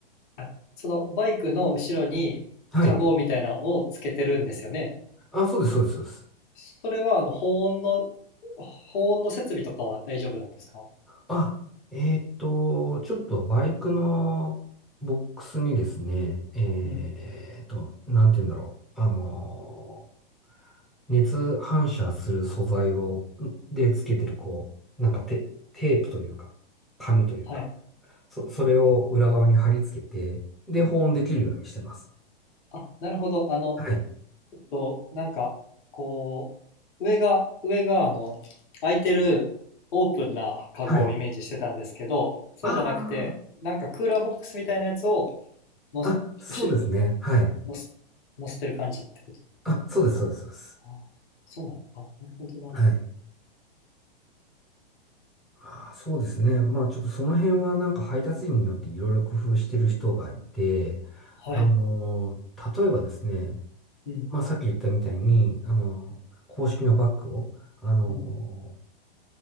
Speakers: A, on the left (about 50°); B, in the centre.
A: あそのバイクの後ろに、
B: はい。
A: カゴみたいなのをつけてるんですよね。
B: あ、そうです、そうです、そうです。
A: それはあの保温の保温の設備とかは大丈夫なんですか
B: あ、えーっと、ちょっとバイクのボックスにですね、えーっと、
A: うんうん
B: なんて言うんだろう。あのー熱反射する素材を、んでつけてる、こう、なんかテ、テープというか、紙というか、
A: はい
B: そ、それを裏側に貼り付けて、で、保温できるようにしてます。
A: あなるほどあの
B: はい。
A: えっとなんかこう上が上があの空いてるオープンなカゴをイメージしてたんですけどそうじゃなくてなんかクーラーボックスみたいなやつを
B: はい。あ
A: のすうし
B: あ、あ、そうですね。はい。
A: のすのせてる感じってこと
B: あ、そうです、そうです、そうです。
A: ああそうなのあなるほどな
B: はいああ、そうですね。まあちょっとその辺はなんか配達員によっていろいろ工夫してる人がいて、
A: はい
B: あのー、例えばですね、
A: うん
B: まあさっき言ったみたいに、あのー、公式のバッグを、あの
A: うん